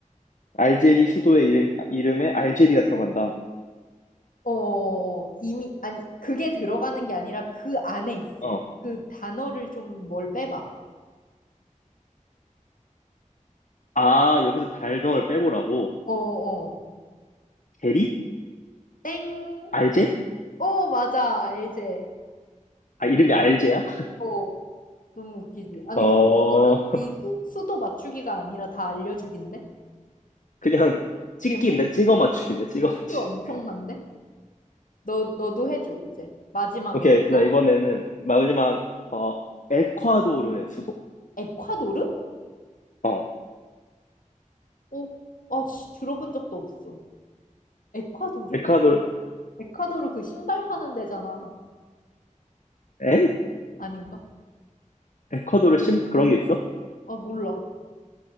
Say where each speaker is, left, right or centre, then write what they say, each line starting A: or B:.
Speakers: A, on the left; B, on the left.
A: 알제리 수도의 이름, 아, 이름에 알제리가 들어간다.
B: 어, 이미, 아니, 그게 들어가는 게 아니라 그 안에 있어.
A: 어.
B: 그 단어를 좀 뭘 빼봐.
A: 아, 여기서 달덩어를 빼보라고?
B: 어, 어.
A: 제리?
B: 땡.
A: 알제?
B: 어, 맞아. 알제.
A: 아, 이름이 알제야?
B: 어, 너무 웃기지. 아니,
A: 어,
B: 그- 이거는
A: <laughs>
B: 거의 수, 수도 맞추기가 아니라 다 알려주기인데?
A: 그냥 찍기인데?
B: 지금 힌,
A: 찍어 맞추기인데?
B: 힌-
A: 찍어
B: 힌트
A: 맞추기.
B: 엄청난데? 너, 너도 해줘, 이제. 마지막으로
A: 오케이,
B: 하나
A: 나 이번에는
B: 더.
A: 마지막, 어, 에콰도르의 수도.
B: 에콰도르?
A: 어,
B: 어, 아, 씨, 들어본 적도 없어. 에콰도르?
A: 에콰도르,
B: 에콰도르 그 신발 파는 데잖아.
A: 에?
B: 아닌가?
A: 에콰도르 심, 그런 게 있어?
B: 아, 몰라.